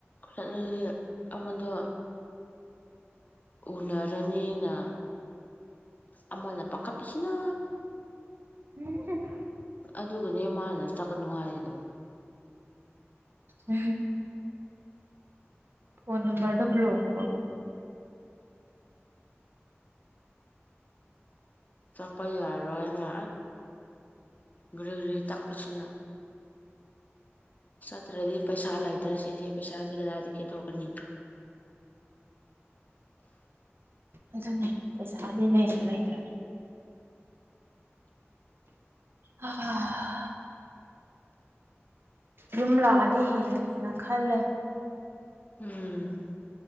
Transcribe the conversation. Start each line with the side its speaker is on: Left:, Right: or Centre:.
Left: ꯆꯠꯂꯗꯤ ꯑꯃꯗꯣ ꯎꯅꯔꯅꯤꯅ ꯑꯃꯅ ꯄꯥꯈꯠꯄꯁꯤꯅ
Right: ꯍꯨꯝꯍ <unintelligible>
Left: ꯑꯗꯨꯒꯅꯦ ꯃꯥꯅ ꯆꯠꯀꯅꯨ ꯍꯥꯏꯔꯤꯗꯣ
Right: ꯎꯝ ꯐꯣꯟ ꯅꯝꯕꯔꯗ ꯕꯂꯣꯛ ꯇꯧ
Left: ꯆꯠꯄ ꯌꯥꯔꯣꯢꯅ ꯀ꯭ꯔꯤ ꯀ꯭ꯔꯤ ꯇꯥꯛꯄꯁꯤꯅ ꯆꯠꯇ꯭ꯔꯗꯤ ꯄꯩꯁꯥ ꯂꯩꯇ꯭ꯔ ꯁꯤꯗꯤ ꯄꯩꯁꯥꯗꯤ ꯀꯗꯥꯏꯗꯒꯤ ꯊꯣꯛꯀꯅꯤ
Right: ꯑꯗꯨꯅꯦ ꯄꯩꯁꯥꯗꯤ ꯂꯩꯁꯨ ꯂꯩꯇ꯭ꯔꯦ ꯍꯥ <unintelligible> ꯌꯨꯝ ꯂꯥꯛꯑꯗꯤ ꯍꯦꯟꯅ ꯍꯦꯟꯅ ꯈꯜꯂꯦ
Left: ꯎꯝ